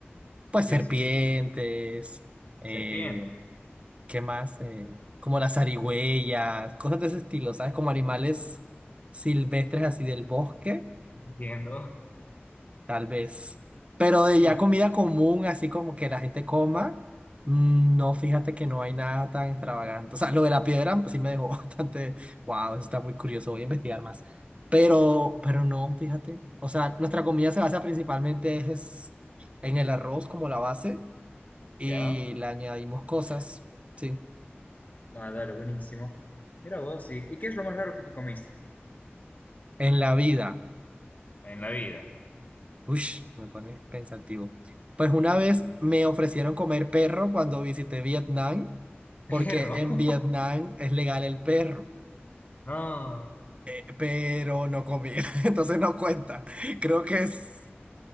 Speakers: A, on the right; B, on the left.
A: Pues
B: Sí,
A: serpientes,
B: sí, sí. sí.
A: eh,
B: Serpientes.
A: ¿qué más? Eh, como las zarigüeyas, cosas de ese estilo, ¿sabes? Como animales silvestres así del bosque
B: <laughs> Entiendo.
A: Tal vez. Pero de
B: Y
A: ya comida común, así como que la gente coma, mm, no, fíjate que no hay nada tan extravagante. O sea, lo de la piedra pues, sí me dejó <laughs> bastante, wow, eso está muy curioso, voy a investigar más. Pero, pero no, fíjate. O sea, nuestra comida se basa principalmente es en el arroz como la base y
B: ya.
A: le añadimos cosas, sí,
B: Ah, dale, buenísimo. Mira vos, ¿y, y qué es lo más raro que tú comiste?
A: en la vida.
B: En la vida.
A: Ush, me pones pensativo. Pues una vez me ofrecieron comer perro cuando visité Vietnam,
B: Perro.
A: porque en
B: <laughs>
A: Vietnam es legal el perro,
B: No.
A: eh, pero no comí, <laughs> entonces no cuenta. Creo que es...